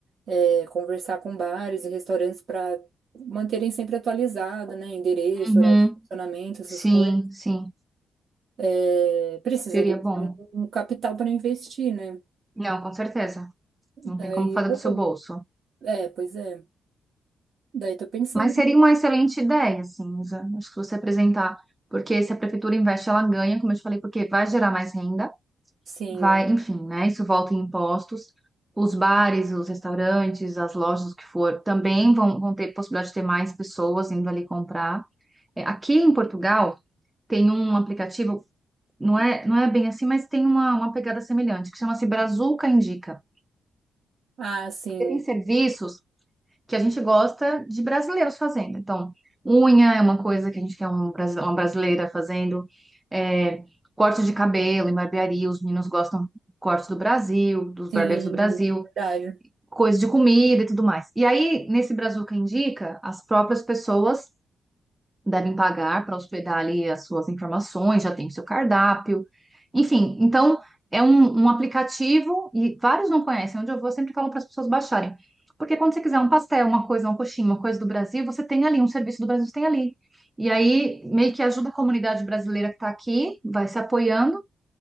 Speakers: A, on the right (about 60°); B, on the right (about 15°).
A: é, conversar com bares e restaurantes para manterem sempre atualizado, né? Endereço,
B: uhum,
A: horário de funcionamento, essas
B: sim,
A: coisas.
B: sim.
A: É, precisaria
B: Seria
A: ter
B: bom.
A: um, um capital para investir, né?
B: Não, com certeza. Não
A: Daí
B: tem como fazer
A: eu vou.
B: do seu bolso.
A: É, pois é. Daí tô pensando.
B: Mas seria uma excelente ideia, assim, Isa. Acho que você apresentar, porque se a prefeitura investe, ela ganha, como eu te falei, porque vai gerar mais renda,
A: Sim.
B: vai, enfim, né? Isso volta em impostos. Os bares, os restaurantes, as lojas, o que for, também vão, vão ter possibilidade de ter mais pessoas indo ali comprar. É, Aqui em Portugal tem um aplicativo, não é, não é bem assim, mas tem uma, uma pegada semelhante, que chama-se Brazuca Indica.
A: Ah, sim.
B: Porque tem serviços que a gente gosta de brasileiros fazendo. Então, unha é uma coisa que a gente quer um brasi- uma brasileira fazendo, é, corte de cabelo em barbearia, os meninos gostam do corte do Brasil, dos
A: Sim,
B: barbeiros do Brasil,
A: verdade.
B: coisa de comida e tudo mais. E aí, nesse Brazuca Indica, as próprias pessoas devem pagar para hospedar ali as suas informações, já tem o seu cardápio, enfim. Então, é um, um aplicativo e vários não conhecem. Onde eu vou, eu sempre falo para as pessoas baixarem. Porque quando você quiser um pastel, uma coisa, uma coxinha, uma coisa do Brasil, você tem ali, um serviço do Brasil você tem ali. E aí, meio que ajuda a comunidade brasileira que está aqui, vai se apoiando.